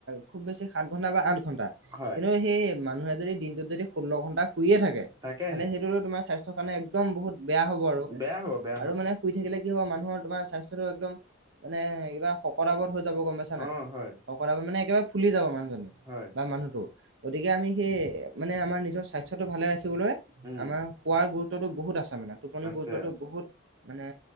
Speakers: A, on the right; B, on the right.
A: খুব বেছি সাত ঘণ্টা বা আঠ ঘণ্টা। কিন্তু
B: হয়
A: সেই মানুহে যদি দিনটোত যদি ষোল্ল ঘন্টা শুইয়ে থাকে
B: তাকেহে
A: তেহলে সেইটোতো তোমাৰ স্বাস্থ্য। মানে একদম বহুত বেয়া হ'ব আৰু।
B: বেয়া হ'ব বেয়া
A: আৰু
B: হ'ব।
A: মানে। শুই থাকিলে কি হ'ব মানুহৰ তোমাৰ স্বাস্থ্যটো একদম মানে কিবা শকত- আবত হৈ যাব গম পাইছা নাই।
B: অ', হয়
A: শকত -আবত মানে একেবাৰে ফুলি যাব মানুহজন।
B: হয়।
A: বা মানুহটো। গতিকে আমি সেই মানে আমাৰ নিজৰ স্বাস্থ্যটো ভালে ৰাখিবলৈ।
B: উম
A: আমাৰ শুৱাৰ গুৰুত্বতটো বহুত আছে মানে টোপন
B: আছে
A: গুৰুত্বটো
B: আছে
A: বহুত মানে।